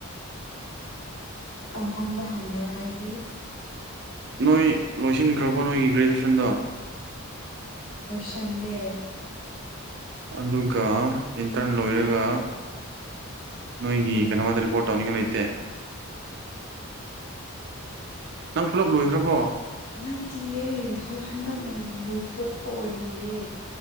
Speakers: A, on the left (about 70°); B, on the right (about 50°).
A: ꯇꯝꯐꯝꯗ ꯍꯟꯒꯦꯔꯣ ꯍꯥꯏꯗꯤ
B: ꯅꯣꯏ ꯂꯣꯏꯁꯤꯟꯈ꯭ꯔꯕꯣ ꯅꯣꯏꯒꯤ ꯒ꯭ꯔꯦꯖꯨꯋꯦꯁꯟꯗꯣ
A: ꯁ ꯂꯩꯦ
B: ꯑꯗꯨꯒ ꯏꯟꯇꯔꯟ ꯂꯣꯏꯔꯒ ꯅꯣꯏꯒꯤ ꯀꯩꯅꯣꯃꯗ ꯔꯤꯄꯣꯔꯠ ꯇꯧꯅꯤꯡꯉꯥꯏ ꯂꯩꯇꯦ ꯅꯪ ꯄꯨꯂꯞ ꯂꯣꯏꯈ꯭ꯔꯕꯣ
A: ꯅꯦ ꯑꯗꯨ ꯍꯟꯗꯛꯅ ꯂꯣꯏꯊꯣꯛꯄ ꯑꯣꯏꯔꯤꯌꯦ